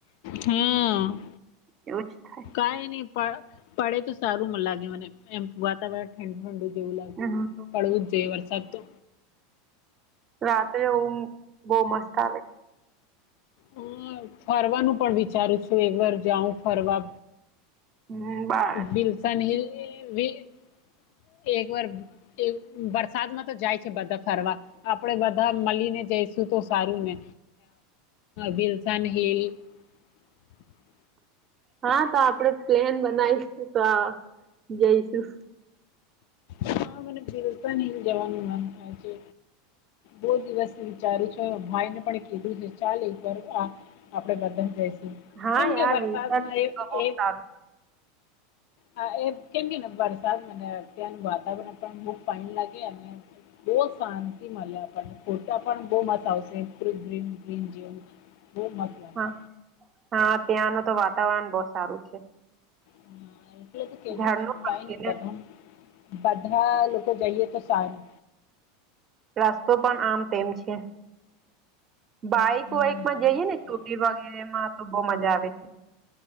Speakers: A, on the left; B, on the right.
A: હમ્મ.
B: એવું જ થાય.
A: કાય નહી પડે તો સારું મન લાગે મને એમ વાતાવરણ ઠંડુ ઠંડુ જેવું લાગે
B: હમ
A: પડવું જ જેઈએ વરસાદ તો
B: રાત્રે ઊંઘ બહું મસ્ત આવે
A: હમ્મ ફરવાનું પણ વિચારું છું એક વાર જાઉ ફરવા
B: હમ્મ બા
A: બીલસન હિલ વિલ એક વાર એ વરસાદમાં તો જાય છે બધા ફરવા આપણેે બધા મળીને જઈશું તો સારું ને વિલસન હિલ <inaudible>
B: હા તો આપણેે પ્લેન બનાવીશ તો આ જઈશું
A: હા મને ભિલતા નહી જવાનું મન થાય છે બહું દિવસ વિચારું છો ભાઈ ને પણ કીધું છે ચાલ એક વાર આ આપડે બધા જઈશું
B: હા
A: કેમ
B: યાર
A: કે વરસાદમાં
B: વિલ્સન હિલ
A: એ
B: તો બહુ
A: એ
B: સારું
A: હા એ કેમ કે ને વરસાદ મને અત્યાંનું વાતાવરણ પણ બઉ પાણી લાગે અને બહું શાંતિ મળે આપણે ફોટા પણ બહુ મસ્ત આવશે ગ્રીન ગ્રીન જેવું બહુ મસ્ત લાગે
B: હા હા ત્યાંનું તો વાતાવરણ બહું સારું છે
A: હા એટલે તો કેતી
B: ઝાડનો
A: છુંટ
B: પણ
A: કાઈ
B: છે
A: નહી
B: ને
A: બધા બધા લોકો જઈએ તો સારું
B: રસ્તો પણ આમ તેમ છે બાઈક
A: હમ
B: વાઈક
A: મસ્ત
B: માં જઈયે ને કોક દિવસ એમાં તો બહું મજા આવે છે